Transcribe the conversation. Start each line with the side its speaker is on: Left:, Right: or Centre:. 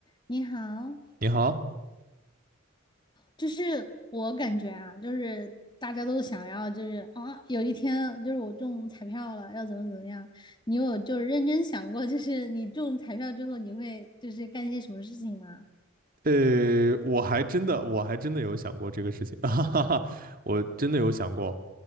Left: 你好，
Right: 你好，
Left: 就是我感觉啊，就是大家都想要，就是啊，有一天就是我中彩票了，要怎么怎么样？你有就是认真想过，就是你中彩票之后，你会就是干些什么事情吗？
Right: 呃，我还真的，我还真的有想过这个事情，<laughs> 哈哈哈，我真的有想过，